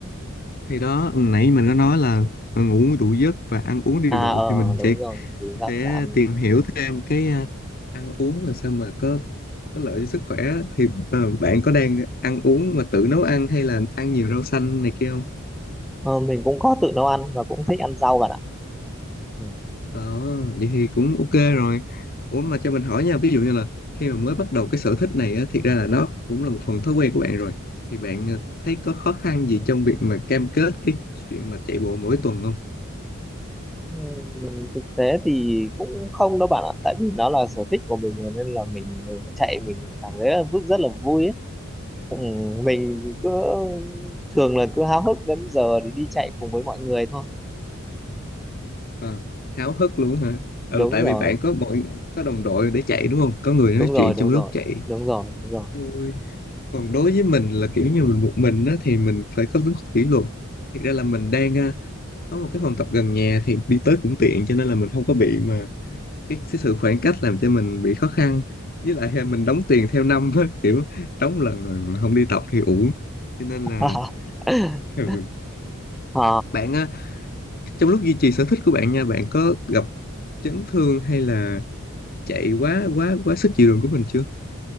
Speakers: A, on the left; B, in the centre.
A: thì đó nãy mình có nói là ờ, ngủ đủ giấc và ăn uống điều
B: À
A: độ
B: ờ
A: thì mình
B: đúng
A: sẽ
B: rồi, đúng là
A: sẽ
B: có ăn.
A: tìm hiểu thêm cái à, ăn uống làm sao mà có có lợi cho sức khỏe á. thì à, bạn có đang ăn uống mà tự nấu ăn hay là ăn nhiều rau xanh này kia không?
B: Ờ, mình cũng có tự nấu ăn và cũng thích ăn rau bạn ạ. Ừ.
A: Ờ, vậy thì cũng ok rồi. Ủa mà cho mình hỏi nha, ví dụ như là khi mà mới bắt đầu cái sở thích này á, thiệt ra là nó cũng là một phần thói quen của bạn rồi. Thì bạn ờ, thấy có khó khăn gì trong việc mà cam kết cái chuyện mà chạy bộ mỗi tuần không?
B: Ừm, Thực tế thì cũng không đâu bạn ạ, tại vì nó là sở thích của mình rồi nên là mình chạy mình cảm thấy là rất rất là vui ấy. Ừm, Mình cứ thường là cứ háo hức đến giờ thì đi chạy cùng với mọi người thôi.
A: À, háo hức luôn hả? Ừ,
B: Đúng
A: tại
B: rồi,
A: vì bạn có mọi có đồng đội để chạy đúng không? Có người
B: đúng
A: nói
B: rồi,
A: chuyện
B: đúng
A: trong lúc
B: rồi,
A: chạy
B: đúng rồi, đúng rồi.
A: vui còn đối với mình là kiểu như mình một mình á thì mình phải có tính kỷ luật thiệt ra là mình đang à, có một cái phòng tập gần nhà thì đi tới cũng tiện cho nên là mình không có bị mà cái, cái sự khoảng cách làm cho mình bị khó khăn với lại à, mình đóng tiền theo năm á kiểu đóng lần rồi mà không đi tập thì uổng cho nên là
B: <laughs>
A: ừ.
B: Ờ
A: bạn á trong lúc duy trì sở thích của bạn nha bạn có gặp chấn thương hay là chạy quá quá quá sức chịu đựng của mình chưa